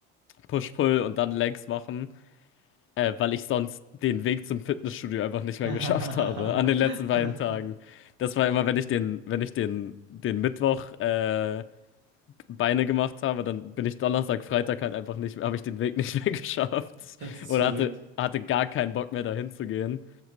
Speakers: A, on the left; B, on the right.
A: Push-Pull und dann Legs machen, äh, weil ich sonst den Weg zum Fitnessstudio einfach nicht mehr
B: <laughs>
A: <laughs> geschafft habe an den letzten beiden Tagen. Das war immer, wenn ich den, wenn ich den, den Mittwoch, äh, Beine gemacht habe, dann bin ich Donnerstag, Freitag halt einfach nicht, habe ich den Weg nicht mehr <laughs> geschafft
B: Das ist
A: oder
B: verrückt.
A: hatte, hatte gar keinen Bock mehr dahin zu gehen.